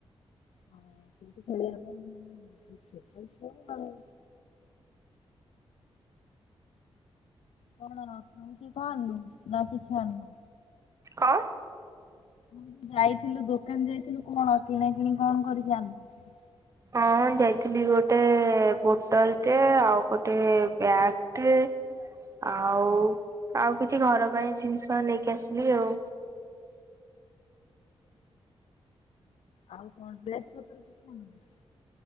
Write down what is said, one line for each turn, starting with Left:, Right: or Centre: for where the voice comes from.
Left: ହ ସବୁତ ଖେଳିବା ପାଇଁ ଛୋଟ ଛୁଆ ଆଉ। କଣ କିଣିକି କଣ ଆଣିଲୁ ନା କିଛି ଆଣିନୁ?
Right: କଣ?
Left: ମୁଁ ଯାଇଥିଲୁ ଦୋକାନ ଯାଇଥିଲୁ କଣ କିଣା କିିଣି କଣ କରିବୁ ଆମେ।
Right: ହଁ ଯାଇଥିଲି ଗୋଟେ ବୋଟଲ ଟେ ଆଉ ଗୋଟେ ବ୍ୟାଗ ଟେ ଆଉ ଆଉ କିଛି ଘର ପାଇଁ ଜିନିଷ ନେଇକି ଆସିଲି ଆଉ।
Left: ଆଉ କଣଡ୍ରେସ ପତର କିଛି ଆଣିନୁ?